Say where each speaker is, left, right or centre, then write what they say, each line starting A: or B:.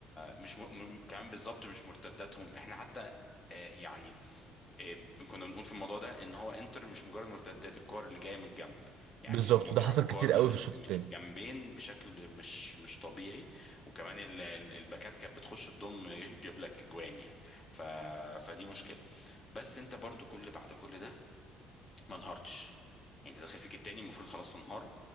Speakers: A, on the left; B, on the right.
A: مش م... م- كمان بالظبط مش مرتداتهم احنا حتى آه، يعني آه، كنا بنقول في الموضوع ده ان هو انتر مش مجرد مرتدات الكور اللي جايه من الجنب يعني
B: بالظبط
A: هم
B: وده
A: بيلعبوا
B: حصل
A: كور
B: كتير
A: من
B: قوي في الشوط
A: من
B: الثاني
A: الجنبين بشكل مش مش طبيعي وكمان ال- ال- الباكات كانت بتخش تضم <laughs> تجيب لك اجوان يعني ف... فدي مشكله بس انت برضو كل بعد كل ده ما انهارتش يعني تدخل فيك التاني المفروض خلاص تنهار